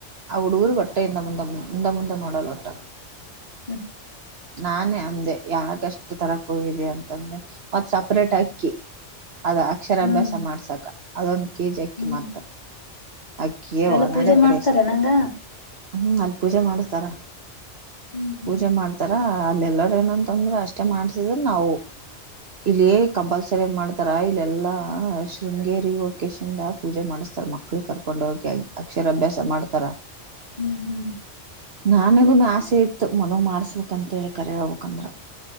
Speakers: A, on the right (about 60°); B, on the left (about 35°).
A: ಆ ಹುಡುಗರು ಗಟ್ಟ ಇಿಂದ ಮುಂದೆ ಮುಂದ ಮುಂದ ನೋಡಲ್ೋಟ
B: <inaudible>
A: ನಾನೇ ಅಂದೆ ಯಾಗಷ್ಟು ತರಕ್ ಹೋಗಿದ್ದಿಯ ಅಂತಂದೆ ಮತ್ತು ಸಪ್ರೇಟ್ ಅಕ್ಕಿ ಅದು ಅಕ್ಷರಾಭ್ಯಾಸ
B: ಹ್ಮ್
A: ಮಾಡ್ಸಕ ಅದೊಂದು ಕೆಜಿ ಅಕ್ಕಿ
B: ಹ್ಮ್
A: ಮತ್ತ ಅಕ್ಕಿಯವ
B: ಅವೆಲ್ಲ ಪೂಜೆ
A: ನಡೆ ಕಡೆ
B: ಮಾಡ್ತಾರೆ
A: ಎಷ್ಟ
B: ನಂಗ
A: ಹ್ಮ್ ಅಲ್ ಪೂಜೆ ಮಾಡಸ್ತಾರ
B: ಹ್ಮ್ ಹ್ಮ್
A: ಪೂಜೆ ಮಾಡ್ತಾರ ಅಲ್ಲೆಲ್ಲಾರ್ ಏನಂತಂದ್ರೆ ಅಷ್ಟೆ ಮಾಡ್ಸಿದ್ರ ನಾವು ಇಲ್ಲಿ ಕಂಪಲ್ಸರಿ ಮಾಡ್ತಾರ ಇಲ್ ಎಲ್ಲಾ ಶೃಂಗೇರಿ ವಕೇಶಿಂದ ಪೂಜೆ ಮಾಡಸ್ ಸರ್ ಮಕ್ಳಿಗೆ ಕರ್ಕೊಂಡ್ ಹೋಗಕಿ ಅಕ್ಷರಾಭ್ಯಾಸ ಮಾಡ್ತಾರ
B: ಹ್ಮ್
A: ನನ್ಗೂನು ಆಸೆ ಇತ್ತು ಮನವ ಮಾಡ್ಸ್ಬೇಕಕ್ಂತೇಳಿ ಕರಿ ಹೋಗ್ಬೇಕಕ್ಂದ್ರ